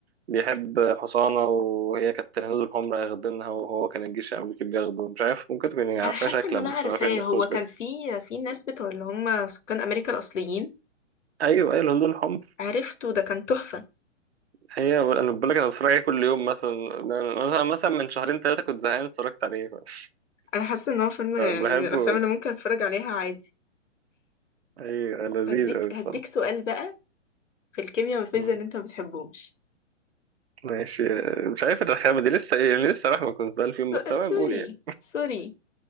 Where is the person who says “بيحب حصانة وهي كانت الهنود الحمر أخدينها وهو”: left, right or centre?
Right